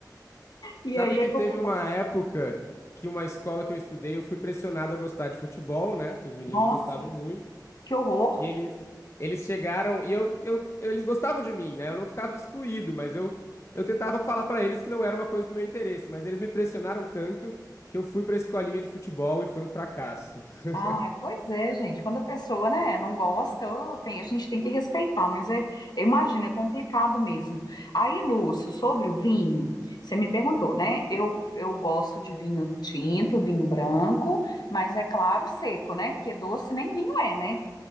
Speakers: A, on the left (about 65°); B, on the left (about 40°).
A: E
B: Sabe
A: aí
B: que
A: é complicado.
B: teve uma época que uma escola que eu estudei, eu fui pressionado a gostar de futebol, né? Porque os meninos
A: Nossa,
B: gostavam muito.
A: que horror!
B: E eles, eles chegaram e eu, eu, eles gostavam de mim, né? Eu não ficava excluído, mas eu, eu tentava falar pra eles que não era uma coisa do meu interesse, mas eles me pressionaram tanto que eu fui pra escolinha de futebol e foi um fracasso.
A: Ah,
B: <laughs>
A: pois é, gente. Quando a pessoa, né, não gosta, ô, tem- a gente tem que respeitar, mas é, eu imagino, é complicado mesmo. Aí, Lúcio, sobre o vinho, você me perguntou, né? Eu, eu gosto de vinho tinto, vinho branco, mas é claro, seco, né? Porque doce nem vinho é, né?